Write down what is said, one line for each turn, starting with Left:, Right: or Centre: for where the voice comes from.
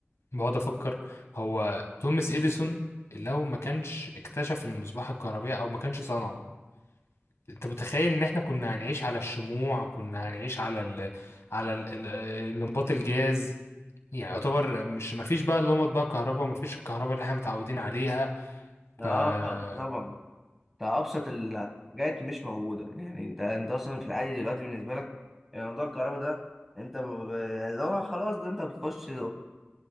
Left: بقعد افكر هو توماس اديسون لو ما كانش اكتشف المصباح الكهربائي او ما كانش صنعه انت متخيل ان احنا كنا هنعيش على الشموع كنا هنعيش على ال... على ال... ال- الانباط الجاز يعني يعتبر مش ما فيش بقى اللي هم بقى كهرباء ما فيش الكهرباء اللي احنا متعودين عليها
Centre: اه
Left: فالموضوع
Centre: طبعا ده ابسط الحاجات مش موجوده يعني انت انت اصلا في العادي دلوقتي بالنسبه لك يعني موضوع الكهرباء ده انت ب- ب- اللي هو خلاص ده انت بتخش